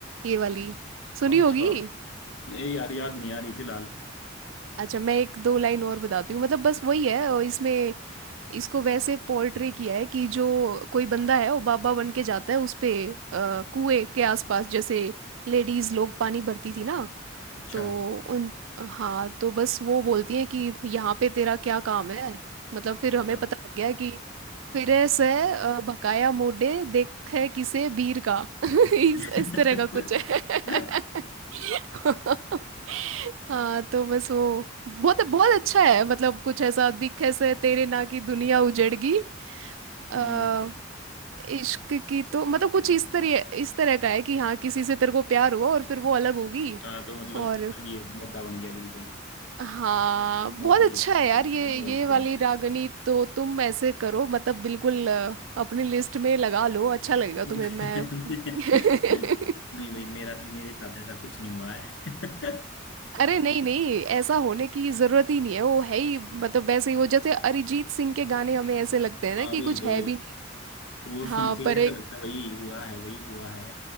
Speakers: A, on the right; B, on the left.
A: ये वाली सुनी
B: अच्छा
A: होगी
B: नहीं यार याद नहीं आ रही फिलहाल
A: अच्छा मैं एक दो लाइन और बताती हूँ मतलब बस वही है और इसमें इसको वैसे पोर्ट्रे किया है कि जो कोई बंदा है वो बाबा बन के जाता है उस पे अ, कुएं के आसपास जैसे लेडीज लोग पानी भरती थी ना
B: अच्छा
A: तो उन हाँ तो बस वो बोलती हैं कि यहाँ पे तेरा क्या काम है मतलब फिर
B: अच्छा
A: हमें पता लग गया है कि फिरे से अ, भकाया मोड़े देखे किसे बीर का <laughs> इस,
B: <laughs>
A: इस तरह का कुछ है <laughs> हाँ तो बस वो बहुत बहुत अच्छा है मतलब कुछ ऐसा दिखे से तेरे ना की दुनिया उजड़गी अ,
B: हम्म
A: इश्क की तो मतलब कुछ इस तरह इस तरह का है कि हाँ किसी से तेरे को प्यार हुआ और फिर वो अलग होगी
B: हाँ तो मतलब
A: और
B: अभी ये मोटा बन गया बिल्कुल
A: हाँ
B: बातें
A: बहुत अच्छा है
B: मतलब,
A: यार ये ये
B: हो गया
A: वाली रागनी तो तुम ऐसे करो मतलब बिल्कुल अ, अपनी लिस्ट में लगा लो अच्छा लगेगा
B: <laughs> नहीं
A: तुम्हें मैं <laughs>
B: भाई मेरा मेरे साथ ऐसा कुछ नहीं हुआ है <laughs>
A: अरे नहीं नहीं ऐसा होने की जरूरत ही नहीं है वो है ही मतलब वैसे ही वो जैसे अरिजीत सिंह के गाने हमें ऐसे लगते हैं ना
B: हाँ
A: कि
B: भाई
A: कुछ
B: तो
A: है भी नहीं
B: वो
A: हाँ
B: सुन के ही
A: पर
B: ऐसा
A: एक
B: लगता है वही हुआ है वही हुआ है